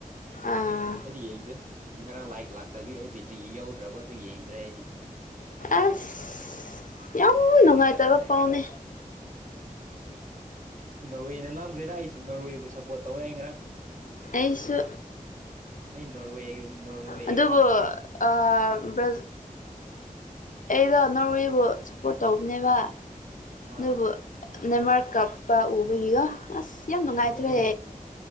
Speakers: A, on the left; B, on the right.
A: ꯑꯥ
B: ꯑꯩꯗꯤ ꯌꯦꯡꯗꯦ ꯉꯔꯥꯡ ꯂꯥꯏꯞ ꯂꯥꯛꯇꯕꯒꯤ ꯑꯩ ꯕꯦꯇ꯭ꯔꯤ ꯌꯧꯗ꯭ꯔꯕ ꯑꯗꯨ ꯌꯦꯡꯗ꯭ꯔꯦ ꯑꯩꯗꯤ
A: ꯑꯁ ꯌꯥꯝ ꯅꯨꯡꯉꯥꯏꯇꯕ
B: ꯕꯦꯔꯥ ꯇꯥꯔꯦ
A: ꯄꯥꯎꯅꯦ
B: ꯅꯣꯔꯋꯦꯅ ꯉꯝꯈ꯭ꯔꯦꯗ ꯑꯩ ꯅꯣꯔꯋꯦꯕꯨ ꯁꯞꯄꯣꯔꯠ ꯇꯧꯋꯦ ꯑꯩ ꯉꯔꯥꯡ
A: ꯑꯩꯁꯨ
B: ꯑꯩ ꯅꯣꯔꯋꯦ ꯅꯣꯔꯋꯦꯒ
A: ꯑꯗꯨꯕꯨ ꯑꯥ ꯕꯔꯥ ꯑꯩꯗꯣ ꯅꯣꯔꯋꯦꯕꯨ ꯁꯞꯄꯣꯔꯠ ꯇꯧꯕꯅꯦꯕ
B: ꯑꯥ
A: ꯑꯗꯨꯕꯨ ꯅꯦꯃꯥꯔ ꯀꯥꯞꯄ ꯎꯕꯒꯤꯒꯣ ꯑꯁ ꯌꯥꯝ ꯅꯨꯡꯉꯥꯏꯇ꯭ꯔꯦ
B: ꯑꯗꯨꯅꯤ